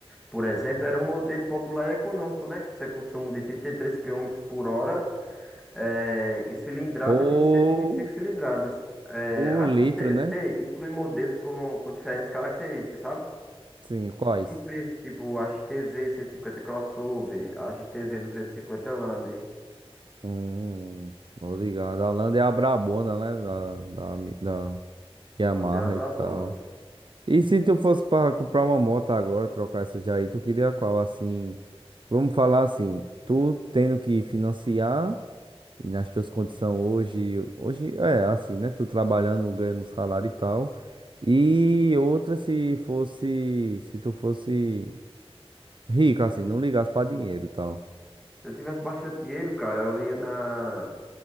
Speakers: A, in the centre; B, on the right.
A: por exemplo, era um modelo popular e econômico, né? Com seu consumo de 33 quilômetros por hora é, e cilindrada
B: Por...
A: de 125 cilindradas. É,
B: o
A: a
B: litro,
A: XTZ
B: né?
A: inclui modelos com, com diferentes características, sabe?
B: Sim, quais?
A: E preços tipo A X T Z 150 crossover, A X T Z 250 Lander.
B: Hum, tô ligado. A Lande é a brabona, né, da, da, da Yamaha
A: Lander é a brabona.
B: e tal. E se tu fosse para comprar uma moto agora, trocar essa já aí, tu queria qual? Assim, vamos falar assim, tu tendo que financiar e nas tuas condições hoje, hoje é assim, né? Tu trabalhando, ganhando salário e tal. E outra se fosse, se tu fosse rico, assim, não ligasse para dinheiro e tal.
A: Se eu tivesse bastante dinheiro, cara, eu ia na,